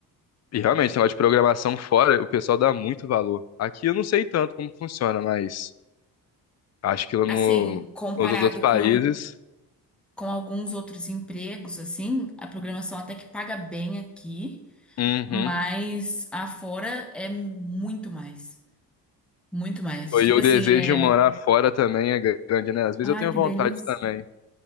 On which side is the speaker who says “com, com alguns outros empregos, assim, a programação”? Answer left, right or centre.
Centre